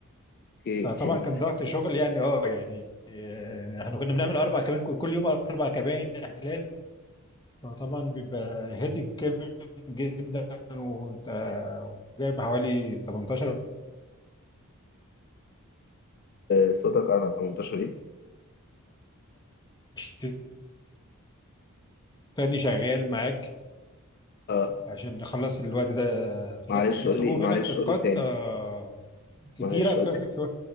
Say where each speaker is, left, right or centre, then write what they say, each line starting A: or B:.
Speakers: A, on the left (about 45°); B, on the left (about 20°).
A: اوكي
B: فطبعا
A: <laughs>
B: كان ضغط شغل يعني أه يعني آه، إحنا كنا بنعمل أربع كابين كل يوم أربع كابين إحلال فطبعا بيبقى هادي جامد جدا وأنت جايب حوالي 18
A: آه، صوتك قطع 18 ايه
B: 20 ثاني شغال معاك
A: اه
B: عشان نخلص الوقت ده في
A: معلش
B: الوقت. يطلبوا
A: قول لي معلش
B: منك تاسكات
A: قول لي تاني
B: آه، كتيرة
A: معلش
B: في,
A: قلت
B: في,